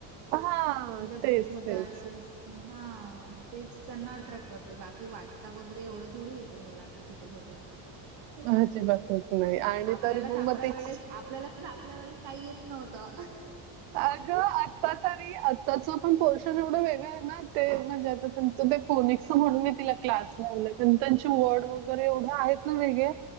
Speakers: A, on the right; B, on the right.
A: हा
B: कोणत्या
A: तेच
B: बुक्स मध्ये
A: तेच
B: असेल. हा, तेच त्यांना अट्रॅक्ट करते बाकी वाचता वगैरे एवढं थोडी येते मुलांना छोट्या -छोट्या.
A: अजिबातच होत नाही आणि
B: आपल्यालाच
A: तरी पण
B: आपल्या
A: मग तेच
B: वेळेस आपल्यालाच आपल्या वेळेच काही येत नव्हतं.
A: अगं आत्ता तरी, आत्ताच पण पोर्शन एवढं वेगळं आहे ना ते म्हणजे आता तुमचं ते कोणीक्स म्हणून मी तिला क्लास लावलाय, कारण त्यांचे वर्ड वगैरे एवढ आहेत ना वेगळेे